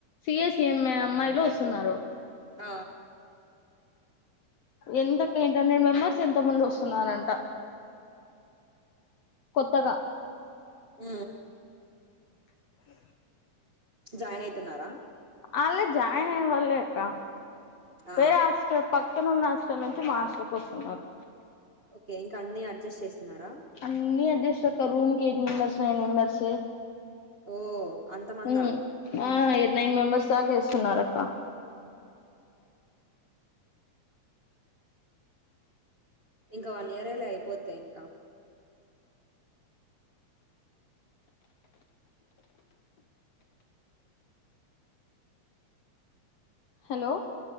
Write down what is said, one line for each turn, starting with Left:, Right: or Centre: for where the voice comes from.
Left: సిఎస్ఎంఏ అమ్మాయిలో తున్నారు?
Right: ఆ
Left: ఎంతకే టెన్ మెమ్మర్స్ ఎంతొమంది వస్తున్నారంట. కొత్తగ
Right: ఆ
Left: <inaudible>
Right: జాయినయి తున్నారా?
Left: ఆళ్లె జాయిన్ అయిన వాళ్ళే అక్క.
Right: ఆ
Left: వేరే ఆస్టల్ పక్ పక్కనున్న హస్టల్ నుంచి మా హాస్టల్ కొస్తున్నారు.
Right: ఓకే ఇంకా అన్ని అడ్జస్ట్ చేస్తున్నారా
Left: అన్ని అడ్జె స్ట్ అక్క. రూమ్ కి ఎట్ మెంబర్స్, నైన్ మెంబర్స్.
Right: ఓ అంత మందా?
Left: ఉమ్ ఆ నైన్ మెంబర్స్ దాక ఏస్తున్నార్ అక్క.
Right: ఇంక వన్ ఇయరె లె, అయిపోతయ్ ఇంక.
Left: హలో